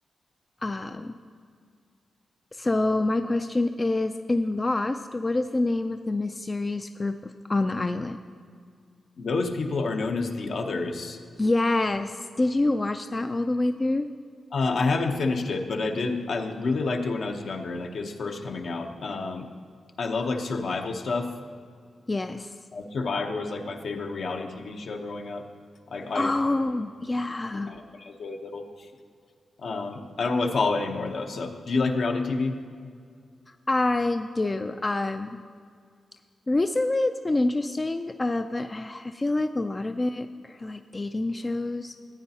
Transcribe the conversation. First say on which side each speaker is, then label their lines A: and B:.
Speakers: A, on the left; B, on the left.
A: Um, so my question is in Lost, what is the name of the mysterious group of, on the island?
B: those people are known as the others.
A: Yes. Did you watch that all the way through?
B: Uh, I haven't finished it, but I did. I really liked it when I was younger, like it was first coming out. Um, I love like survival stuff.
A: Yes.
B: Uh, Survivor was like my favorite reality TV show growing up. I, I
A: Oh, yeah.
B: I really little. Um, I don't really follow it anymore though. So, do you like reality TV?
A: I do. Um, Recently, it's been interesting, uh, but I, I feel like a lot of it are like dating shows.